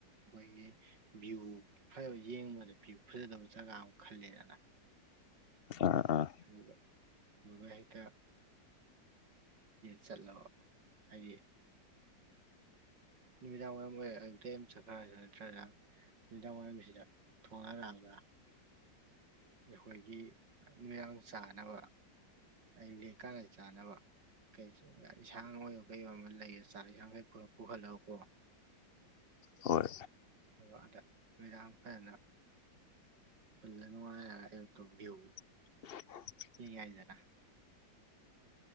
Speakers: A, on the right; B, on the left.
A: ꯃꯣꯏꯒꯤ ꯚ꯭ꯌꯨ ꯐꯖꯕ ꯌꯦꯡꯕꯗ ꯚꯌꯨ ꯐꯖꯗꯕ ꯖꯒꯥ ꯑꯝ ꯈꯜꯂꯦꯗꯅ
B: ꯑꯥ ꯑꯥ
A: ꯑꯗꯨꯒ ꯑꯗꯨꯒ ꯍꯦꯛꯇ ꯆꯠꯂꯕ ꯍꯥꯏꯗꯤ ꯅꯨꯃꯤꯗꯥꯡ ꯋꯥꯏꯔꯝ ꯑꯣꯏꯔ ꯑꯇꯩ ꯑꯝ ꯅꯨꯃꯤꯗꯥꯡ ꯋꯥꯏꯔꯝꯁꯤꯗ ꯊꯣꯡꯉꯒ ꯂꯥꯛꯑꯒ ꯑꯈꯣꯏꯒꯤ ꯅꯨꯃꯤꯗꯥꯡ ꯆꯥꯅꯕ ꯑꯩ ꯂꯦꯀꯥꯅ ꯆꯥꯅꯕ <unintelligible>
B: ꯍꯣꯏ
A: ꯍꯣꯕ ꯍꯟꯗꯛ ꯅꯨꯃꯤꯗꯥꯡ ꯐꯖꯅ ꯄꯨꯜꯂ ꯅꯨꯡꯉꯥꯢꯔ ꯑꯌꯨꯛꯇ ꯕ꯭ꯌꯨ
B: <inaudible>
A: ꯄꯤ ꯌꯥꯢꯗꯅ